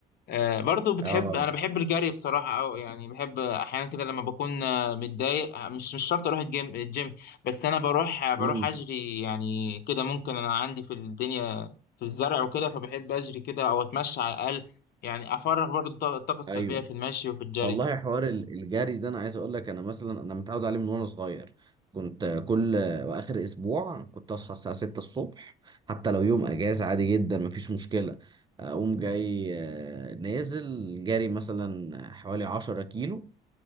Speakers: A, on the left; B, on the right.
A: آه، برضو بتحب
B: اه
A: انا بحب الجري بصراحه او يعني بحب احيانا كده لما بكون آه، متضايق آه، مش مش شرط اروح الجيم الجيم بس انا بروح آه، بروح
B: امم
A: اجري يعني كده ممكن انا عندي في الدنيا في الزرع وكده فبحب اجري كده او اتمشى على الاقل يعني افرغ برضو الط- الطاقه السلبيه
B: ايوه
A: في المشي وفي الجري
B: والله حوار ال- الجري ده انا عايز اقول لك انا مثلا انا متعود عليه من وانا صغير كنت كل واخر اسبوع كنت اصحى الساعه 6 الصبح حتى لو يوم اجازه عادي جدا مفيش مشكله اقوم جاي آه، نازل جري مثلا حوالي 10 كيلو